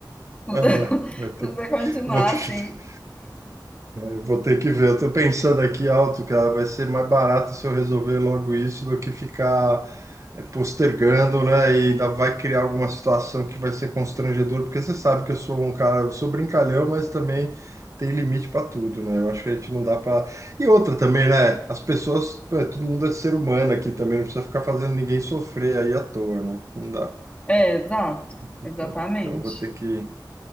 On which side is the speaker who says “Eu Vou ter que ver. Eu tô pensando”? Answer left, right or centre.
Right